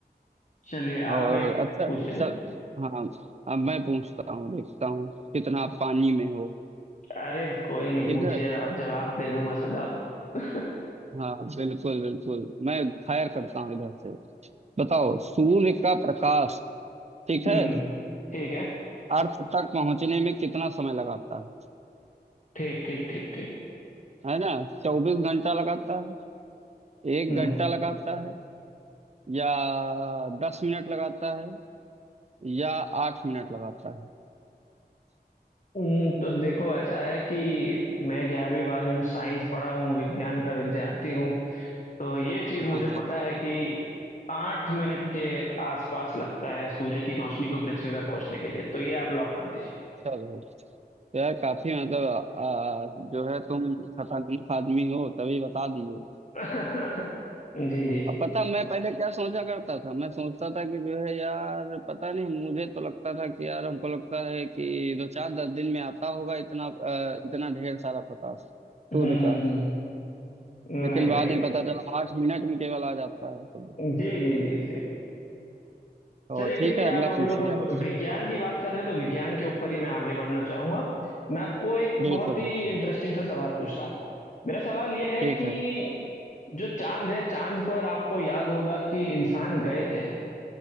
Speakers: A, on the left; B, on the right.
A: <laughs> चलिए आप
B: और
A: एक
B: अच्छा
A: पूछे
B: चल हाँ अब मैं पूछता हूँ देखता हूँ कितना आप पानी में हो
A: अरे कोई नहीं
B: ठीक
A: पूछिए
B: है
A: आप जवाब दे दूंगा सीधा <laughs> हम्म
B: हाँ बिल्कुल बिल्कुल मैं फायर करता हूँ इधर से बताओ सूर्य का प्रकाश ठीक
A: हम्म,
B: है
A: ठीक है
B: अर्थ तक पहुंचने में कितना समय लगाता
A: ठीक ठीक ठीक ठीक
B: है है ना चौबीस घंटा लगाता है एक
A: हम्म
B: घंटा लगाता है या दस मिनट लगाता है या आठ मिनट लगाता है
A: हम्म, तो देखो ऐसा है कि मैं ग्यारहवीं बारहवीं में साइंस पढ़ा हूँ विज्ञान का विद्यार्थी हूँ तो ये चीज मुझे
B: हाँ हाँ
A: पता है कि आठ मिनट के आसपास लगता है सूर्य की रोशनी को पृथ्वी पर पहुंचने के लिए तो ये आप लॉक कर दीजिए
B: चलो तो यार काफी मतलब आ, जो है तुम खतरनाक आदमी हो तभी बता दिए
A: <laughs> जी जी
B: अब पता मैं पहले क्या सोचा करता था मैं सोचता था कि जो है यार पता नहीं मुझे तो लगता था कि यार हमको लगता है कि दो चार दस दिन में आता होगा इतना अ, इतना ढेर सारा प्रकाश
A: हम्म
B: सूर्य का
A: हम्म हम्म नहीं
B: लेकिन बाद
A: नहीं
B: में
A: नहीं
B: पता चला आठ मिनट में केवल आ जाता है तो,
A: जी जी जी जी
B: तो
A: चलिए
B: ठीक
A: ठीक
B: है
A: है आप
B: अगला
A: हम
B: पूछिए
A: लोग अब
B: आप
A: विज्ञान की बात कर रहे हैं तो विज्ञान के ऊपर ही मैं आगे बढ़ना चाहूंगा मैं आपको एक
B: बिल्कुल
A: बहुत ही
B: बिल्कुल
A: इंटरेस्टिंग सा सवाल पूछता हूँ मेरा सवाल यह है
B: ठीक
A: कि
B: है
A: जो चांद है चांद पर आपको याद होगा कि इंसान गए थे